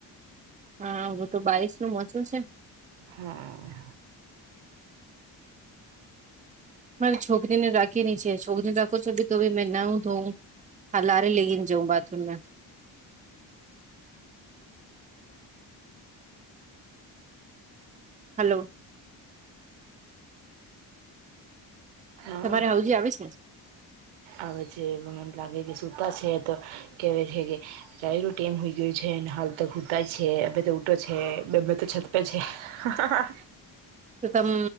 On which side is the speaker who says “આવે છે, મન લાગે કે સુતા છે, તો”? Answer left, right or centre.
Right